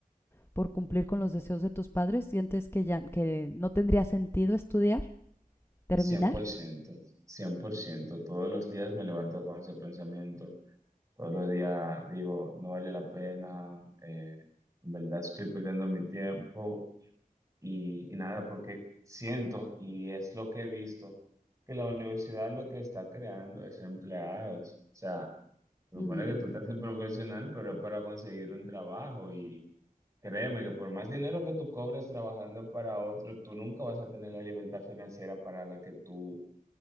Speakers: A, on the left; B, on the right.
A: por cumplir con los deseos de tus padres? ¿Sientes que ya que no tendría sentido estudiar, terminar?
B: cien cien por ciento cien por ciento Todos los días me levanto con ese pensamiento. Todos los días digo, no vale la pena, eh, en verdad estoy perdiendo mi tiempo y, y nada, porque siento, y es lo que he visto, que la universidad lo que está creando es empleados. O sea, se
A: Mm,
B: supone que tú estás en profesional, pero es para conseguir un trabajo y créeme que por más dinero que tú cobres trabajando para otro, tú nunca vas a tener la libertad financiera para la que tú,